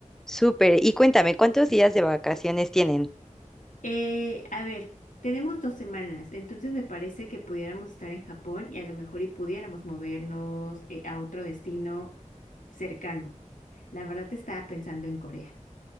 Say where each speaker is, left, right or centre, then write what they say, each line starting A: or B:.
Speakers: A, in the centre; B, on the left.
A: Súper, y cuéntame, ¿cuántos días de vacaciones tienen?
B: Eh, a ver, tenemos dos semanas, entonces me parece que pudiéramos estar en Japón y a lo mejor y pudiéramos movernos eh, a otro destino cercano. La verdad estaba pensando en Corea.